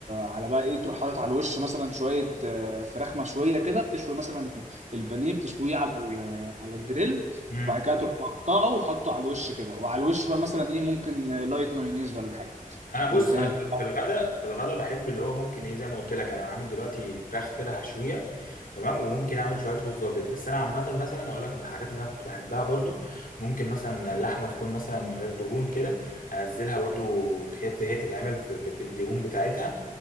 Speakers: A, on the right; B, on the left.
A: على بقى ايه تروح حاطط على الوش مثلا شوية آه، فراخ مشوية كده بتشوي مثلا البانيه بتشويه على ال- على الجريل
B: امم
A: بعد كده تروح مقطعه وحطه على الوش كده وعلى الوش بقى مثلا ايه ممكن لايت مايونيز ولا حاجة
B: انا بص
A: بتبقى
B: انا في ال- في الغداء في الغداء بحب اللي هو ممكن ايه زي ما قلت لك انا عامل دلوقتي فراخ كده هشويه تمام وممكن اعمل شويه رز ابيض بس انا عامه مثلا هقول لك من الحاجات اللي انا كنت بحبها برضو ممكن مثلا اللحمه تكون مثلا من غير دهون كده انزلها برضو هي هي تتعمل في ب- بالدهون بتاعتها